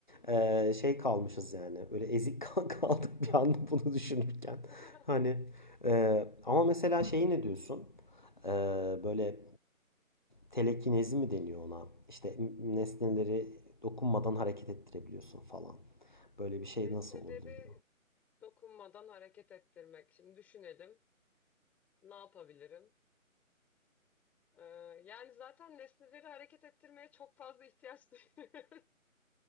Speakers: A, on the left (about 35°); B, in the centre.
A: e, şey kalmışız yani. Böyle ezik <laughs> kal- kaldık bir anda bunu düşünürken.
B: <laughs>
A: <laughs> Hani e, ama mesela şeyi ne diyorsun? E, böyle e, telekinezi mi deniyor ona? İşte nesneleri dokunmadan hareket ettirebiliyorsun falan. Böyle bir şey
B: Nesneleri
A: nasıl olabilirdi?
B: Dokunmadan hareket ettirmek. Şimdi düşünelim. Ne yapabilirim? Ee, yani zaten nesneleri hareket ettirmeye çok fazla ihtiyaç duyuyoruz. <laughs>